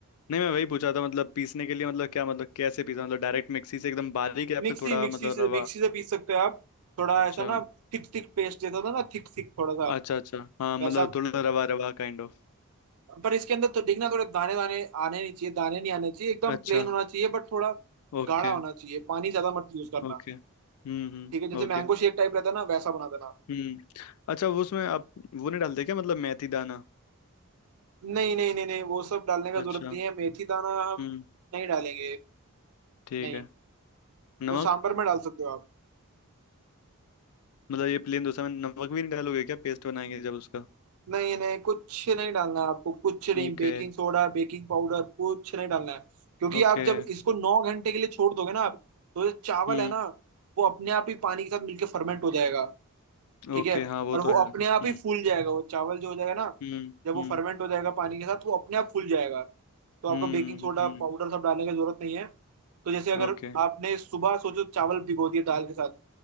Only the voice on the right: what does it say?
मिक्सी
मिक्सी
से
मिक्सी से पीस सकते हो आप थोड़ा
ऐसा ना थिक थिक पेस्ट जैसा होता है ना थिक थिक थोड़ा सा
वैसा
पर इसके अंदर तो देखना थोड़े दाने दाने आने नहीं चाहिए दाने नहीं आने चाहिए एकदम
प्लेन होना चाहिए बट थोड़ा
गाढ़ा होना चाहिए पानी ज्यादा मत यूज करना
ठीक है जैसे
मैंगो शेक टाइप रहता है ना वैसा बना देना
नहीं नहीं नहीं नहीं वो सब डालने का जरूरत
नहीं है मेथी दाना हम
नहीं डालेंगे
नहीं
वो सांभर में डाल सकते हो आप
नहीं नहीं कुछ नहीं डालना है आपको कुछ नहीं
बेकिंग सोडा बेकिंग पाउडर कुछ नहीं डालना है क्योंकि
आप जब इसको नौ घंटे के लिए छोड़ दोगे ना आप तो ये चावल
है ना वो अपने आप ही पानी के साथ मिलके फर्मेंट हो जाएगा ठीक
है
और
वो
अपने आप ही फूल जाएगा वो चावल जो हो जाएगा ना
जब वो
फर्मेंट हो जाएगा पानी के साथ वो अपने आप फूल जाएगा तो आपको
बेकिंग सोडा
पाउडर सब डालने की जरूरत नहीं है तो जैसे अगर
आपने सुबह सोचो चावल भिगो दिए दाल के साथ